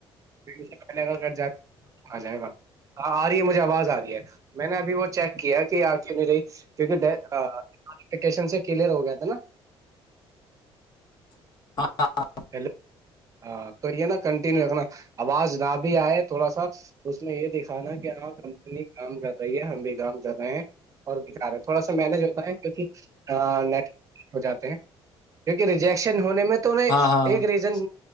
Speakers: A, on the right; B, on the left.
A: پ پہلے اگر گ ج آ جائے گا ہاں آ رہی ہے مجھے آواز آ رہی ہے میں نے ابھی وہ چیک کیا کہ آ کیوں نہیں رہی کیونکہ ڈفکیشن سے کیلر ہو گیا تھا نا
B: <inaudible>
A: ہیلو ہاں تو یہ نا کنٹینیو رکھنا آواز نہ بھی آئے تھوڑا سا اس میں یہ دکھانا کہ ہاں کمپنی کام کر رہی ہے ہم بھی کام کر رہے ہیں اور دکھا رہے تھوڑا سا مینج ہوتا ہے کیک ہو جاتے ہیں کیکہ ریجیکشن ہونے میں <inaudible> ایک
B: ہاں ہاں آنا
A: ریزن